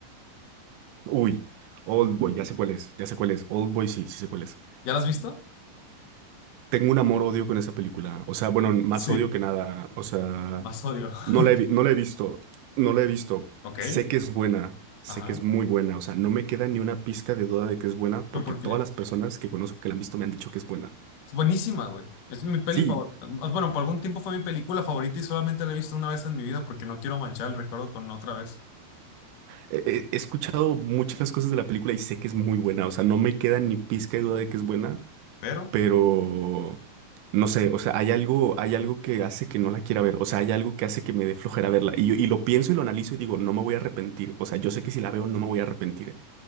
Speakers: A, on the right; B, on the left.
A: Uy, Oldboy, ya sé cuál es, ya sé cuál es, Oldboy sí, sí sé cuál es.
B: ¿Ya la has visto?
A: Tengo un amor-odio con esa película. O sea, bueno, más
B: Sí.
A: odio que nada. O sea,
B: Más odio. <laughs>
A: no la he, vi- no la he visto. No la he visto.
B: Ok,
A: Sé
B: Ok,
A: que es buena. Sé
B: ajá.
A: que es muy buena. O sea, no me queda ni una pizca de duda de que es buena
B: ¿Pero
A: porque
B: por
A: todas
B: qué?
A: las personas que conozco que la han visto me han dicho que es buena.
B: Es buenísima, güey. Es mi peli
A: Sí,
B: favorita. Bueno, por algún tiempo fue mi película favorita y solamente la he visto una vez en mi vida porque no quiero manchar el recuerdo con otra vez.
A: he, he- he escuchado muchas cosas de la película y sé que es muy buena. O sea, no me queda ni pizca de duda de que es buena.
B: Pero
A: pero no sé, o sea, hay algo, hay algo que hace que no la quiera ver, o sea, hay algo que hace que me dé flojera verla. Y, yo- y lo pienso y lo analizo y digo, no me voy a arrepentir, o sea, yo sé que si la veo no me voy a arrepentir,